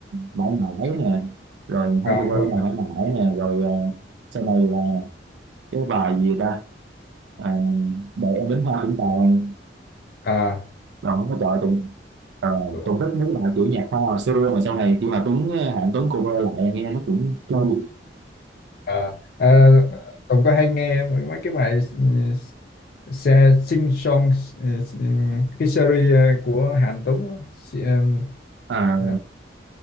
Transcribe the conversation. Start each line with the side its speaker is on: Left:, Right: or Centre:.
Right: mãi mãi nè rồi hay
Left: à
Right: cover
Left: đúng rồi
Right: bài mãi mãi nè rồi ờ, sau này là cái bài gì ta à, đợi em đến hoa cũng tàn
Left: à
Right: đó trời ơi, Tùng ờ,
Left: với
Right: Tùng thích mấy bài kiểu nhạc hoa hồi xưa mà sau này khi mà Tuấn à, Hà Anh Tuấn cover lại nghe nó cũng trôi
Left: Ờ, ờ, Tùng có hay nghe mấy mấy cái bài ừ, xe sing song ừ, ừ, cái series ờ, của Hàn Tuấn á, si ờ,
Right: à
Left: ờ,